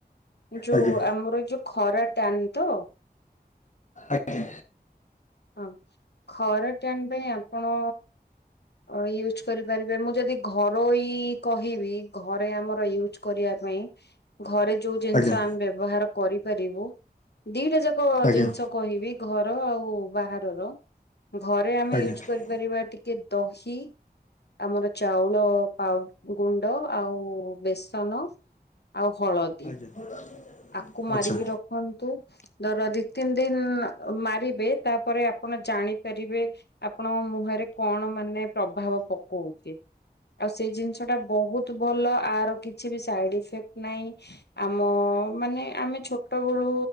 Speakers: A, on the left; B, on the left.
A: ଯୋଉ
B: ଆଜ୍ଞା।
A: ଆମର ଏଇ ଯୋଉ ଖରା ଟାନ୍ ତ?
B: ଆଜ୍ଞା।
A: ହଁ ଖରା ଟ୍ୟାନ୍ ପାଇଁ ଆପଣ ଅ, ୟୁଜ୍ କରିପାରିବେ, ମୁଁ ଯଦି ଘରୋଇ କହିବି ଘରେ ଆମର ୟୁଜ୍ କରିବା ପାଇଁ। ଘରେ ଯୋଉ ଜିନିଷ
B: ଆଜ୍ଞା
A: ଆମେ ବ୍ୟବହାର କରିପାରିବୁ ଦିଟା ଯାକ
B: ଆଜ୍ଞା
A: ଜିନିଷ କହିବି ଘର ଆଉ ବାହାରର। ଘରେ ଆମେ
B: ଆଜ୍ଞା
A: ୟୁଜ୍ କରିପାରିବା ଟିକେ ଦହି ଆମର ଚାଉଳ ପାଉ, ଗୁଣ୍ଡ ଆଉ ବେସନ ଆଉ ହଳଦୀ
B: <unintelligible>
A: ଆକୁ ମାରିକି
B: ଆଚ୍ଛା।
A: ରଖନ୍ତୁ। ଧର ଦି ତିନି ଦିନ ମାରିବେ ତାପରେ ଆପଣ ଜାଣିପାରିବେ ଆପଣଙ୍କ ମୁହଁରେ କଣ ମାନେ ପ୍ରଭାବ ପକଉଚି। ଆଉ ସେଇ ଜିନିଷ ଟା ବହୁତ ଭଲ ଆର କିଛି ବି ସାଇଡ ଇଫେକ୍ଟ ନାହିଁ। ଆମ ମାନେ ଆମେ ଛୋଟ ବଳୁ